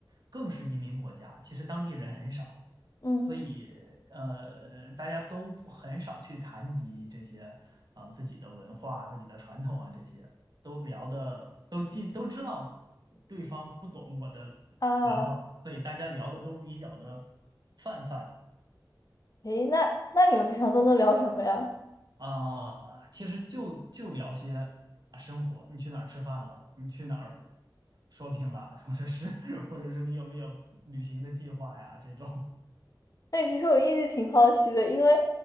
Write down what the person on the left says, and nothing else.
嗯，
啊，
诶，那那你们平常都能聊什么呀？
哎，其实我一直挺好奇的，因为，